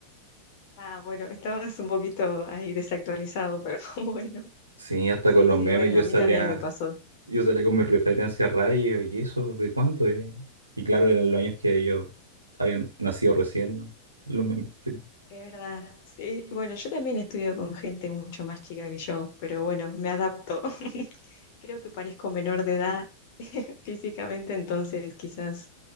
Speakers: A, on the left (about 50°); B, on the right (about 80°).
A: Ah, <laughs> bueno, estabas un poquito ahí desactualizado, pero <laughs> bueno.
B: Sí, hasta
A: Sí,
B: con los
A: sí,
B: memes
A: bueno,
B: yo
A: a mí
B: salía,
A: también me pasó.
B: yo salía con mis referencias radio, y eso, ¿de cuánto es? Y claro, eran los años que ellos habían nacido recién, los memes, sí.
A: Es verdad. Sí, bueno, yo también estudio con gente mucho más chica que yo, pero bueno, me adapto. <laughs> Creo que parezco menor de edad <laughs> físicamente, entonces quizás